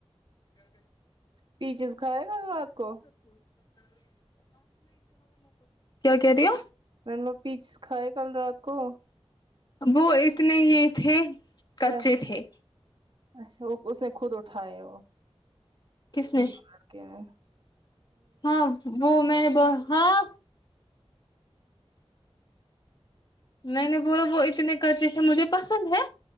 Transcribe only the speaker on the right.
پیچز کھائے گا رات کو
میم وہ پیچ کھائے کل رات کو
کیا
اچھا وہ اس نے خود اٹھائے وہ
وہ دو لڑکے نے